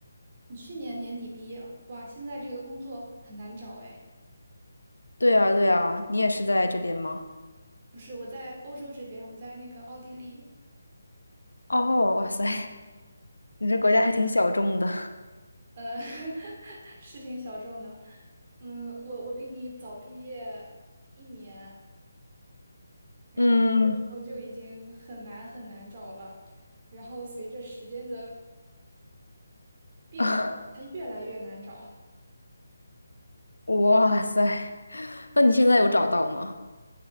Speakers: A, on the right; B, on the left.
A: 你去年年底毕业，哇，现在这个工作很难找哎。
B: 对啊，对啊，你也是在这边吗？
A: 不是，我在欧洲这边，我在那个奥地利，
B: 哦，哇塞，你这国家还挺小众的。
A: 呃，<laughs> 是挺小众的。嗯，我我比你早毕业一年，然后那个时候就已经很难很难找了，
B: 嗯，
A: 然后随着时间的变化，
B: <laughs>
A: 它越来越难找
B: 哇塞，那你现在有找到吗？